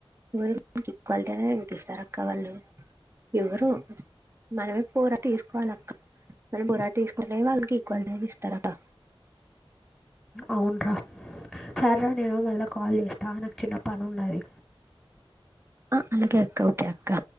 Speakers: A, on the right; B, in the centre.
A: ఎవరు మనకి ఈక్వాలిటీ అనేది అంపిస్తారు అక్క వాళ్ళు ఎవరు మనమే పోరాట తీసుకోవాలి అక్క మన పోరాట తీసుకునే వాళ్ళకి ఈక్వాలిటీ అనేది ఇస్తారు అక్క
B: అవున్రా సరేరా నేను మళ్ళా కాల్ చేస్తా నాకు చిన్న పని ఉన్నది
A: ఆ అలాగే అక్కా ఓకే అక్కా